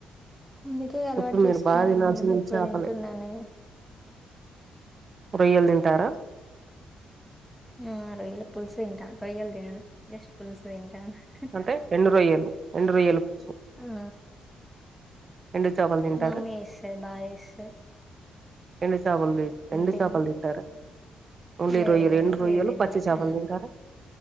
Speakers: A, in the centre; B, on the right.
A: అందుకే అలవాటు
B: ఇప్పుడు మీరు
A: చేసుకున్నాను
B: బాగా తినాల్సింది
A: మేడం ఇప్పుడు
B: చేపలే
A: తింటున్నాను
B: రొయ్యలు తింటారా
A: ఆ రొయ్యల పుల్సు తింట రొయ్యలు దినను జస్ట్ పుల్సు తింట హ
B: అంటే ఎండు రొయ్యలు ఎండు రొయ్యలు పులుసు
A: ఆ
B: ఎండు చేపలు తింటారా
A: మా అమ్మ ఏస్సెది బా ఏస్సె
B: ఎండు చేపలది ఎండు
A: తినను
B: చేపలు తింటార ఓన్లీ
A: లేదు
B: రొయ్యలు
A: లేదు
B: ఎండు రొయ్యలు
A: ఏది తినను
B: పచ్చి
A: ఇక
B: చాపలు తింటారా